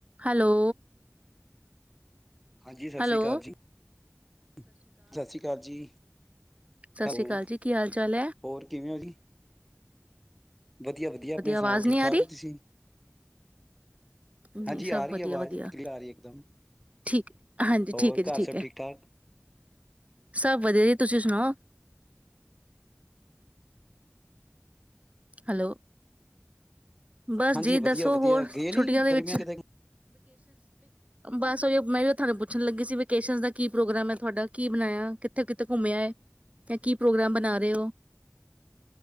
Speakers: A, on the right; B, in the centre.
A: Hello
B: ਹਾਂਜੀ ਸਤਿ
A: ਹੈਲੋ
B: ਸ੍ਰੀ ਅਕਾਲ ਜੀ ਸਤਿ ਸ੍ਰੀ ਅਕਾਲ ਜੀ
A: ਸਤਿ
B: ਹੈਲੋ
A: ਸ਼੍ਰੀ ਅਕਾਲ ਜੀ ਕੀ ਹਾਲ ਚਾਲ ਹੈ
B: ਹੋਰ ਕਿਵੇਂ ਹੋ ਜੀ ਵਧੀਆ ਵਧੀਆ ਆਪਣੇ ਸੁਣਾਓ
A: ਆਵਾਜ਼
B: ਠੀਕ
A: ਨਹੀਂ
B: ਠਾਕ
A: ਆ ਰਹੀ
B: ਹੋ ਤੁਸੀਂ
A: ਨਹੀਂ
B: ਹਾਂਜੀ
A: ਸਭ
B: ਆ ਰਹੀ
A: ਵਧੀਆ
B: ਆਵਾਜ਼
A: ਵਧੀਆ
B: ਕਲੀਅਰ ਆ ਰਹੀ ਇਕ ਦਮ
A: ਠੀਕ ਹਾਂਜੀ
B: ਹੋਰ
A: ਠੀਕ ਹੈ ਜੀ
B: ਘਰ ਸਭ
A: ਹੈ
B: ਠੀਕ ਠਾਕ
A: ਸਭ ਵਧੀਆ ਜੀ ਤੁਸੀਂ ਸੁਣਾਓ ਹੈਲੋ ਬਸ
B: ਹਾਂਜੀ
A: ਜੀ ਦੱਸੋ
B: ਵਧੀਆ ਵਧੀਆ
A: ਹੋਰ
B: ਗਏ
A: ਛੁੱਟੀਆਂ
B: ਨੀ
A: ਦੇ
B: ਗਰਮੀਆਂ
A: ਵਿੱਚ
B: ਕਿਤੇ
A: ਬਸ ਮੈਂ ਵੀ ਤੁਹਾਨੂੰ ਪੁੱਛਣ ਲੱਗੀ ਸੀ ਵਿਕੇਸ਼ਨ ਦਾ ਕੀ ਪ੍ਰੋਗਰਾਮ ਹੈ ਤੁਹਾਡਾ ਕੀ ਬਣਾਇਆ ਕਿੱਥੇ ਕਿਥੇ ਘੁੰਮਿਆ ਆ ਕੀ ਪ੍ਰੋਗਰਾਮ ਬਣਾ ਰਹੇ ਹੋ